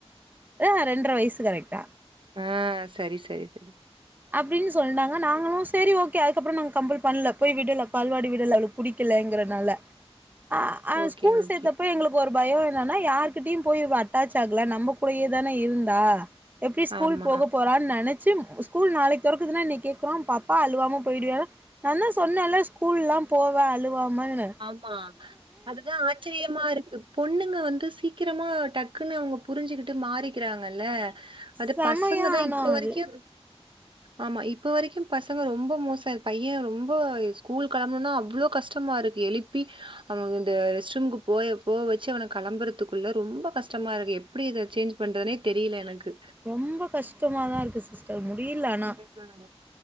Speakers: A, on the right; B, on the right.
A: அ ரெண்ட்ர வயசு கரெக்டா
B: ஆ சரி சரி சரி
A: அப்டீன் சொன்னாங்க நாங்களு செரி ஓகே அதுக்கப்பறோ நாங்க கம்பல் பண்ல போய் விடல பால்வாடி விடல அவளுக்கு புடிக்கலங்கர னால அஅ
B: ஓகே,
A: ஸ்கூல்
B: ஓகே.
A: சேத்தப்ப எங்களுக் கு ஒரு பயோ என்னன்னா யார்கிட்டயு போய் இவ அட்டாச் ஆகல நம்ம கூடயே தான இருந்தா எப்டி ஸ்கூல்
B: ஆமா,
A: போக போறான்னு நெனச்சு ஸ்கூல் நாளைக் தொறக்குதுனா இன்னெக் கேக்குறோ பாப்பா அழுவாம போயிடுவியானா நான்தா சொன்னேன்ல ஸ்கூல்ல்லா போவ அழுவாமனு
B: ஆமா அதுதா ஆச்சிரியமா இருக்கு பொண்ணுங்க வந்து சீக்கிரமா டக்குன்னு அவுங்க புரிஞ்சுக்கிட்டு மாறிக்கிறாங்கல்ல அது
A: செமையா
B: பசங்கதா
A: ஆனா
B: இப்ப
A: அது
B: வரைக்கு ஆமா இப்ப வரைக்கு பசங்க ரொம்ப மோசோ எ பைய ரொம்ப ஸ்கூல் கெளம்பணுனா அவ்ளோ கஷ்டமா இருக் எழுப்பி அவங்க இந்த ரெஸ்ட் ரூம்க்கு போய போ வச்சு அவன களம்பறதுக்குள்ள ரொம்ப கஷ்டமா இருக்கு எப் பிடி இத சேஞ்ச் பண்றதுனே தெரில எனக்கு
A: ரொம்ப கஷ்டமாதா இருக்கு சிஸ் ஸ்டர் முடில ஆனா
B: ம்.